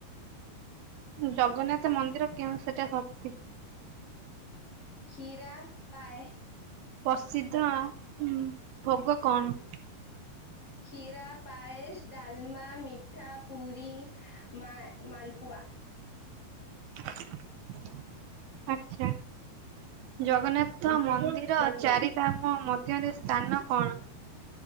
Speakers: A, on the right; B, on the left.
A: ଜଗନ୍ନାଥ ମନ୍ଦିର କେଉ ସେଟା ଶତି?
B: କ୍ଷୀରା ପାଏସ।
A: ପ୍ରସିଦ୍ଧ ଉ ଭୋଗ କଣ?
B: କ୍ଷୀରା ପାଏସ, ଡାଲମା, ମିଠା, ପୁରୀ, ମା ମଲପୁଆ।
A: <inaudible> ଆଛା ଜଗନ୍ନାଥ ମନ୍ଦିର ଚାରିଟ ଖ ମଧ୍ୟରେ ସ୍ଥାନ କଣ?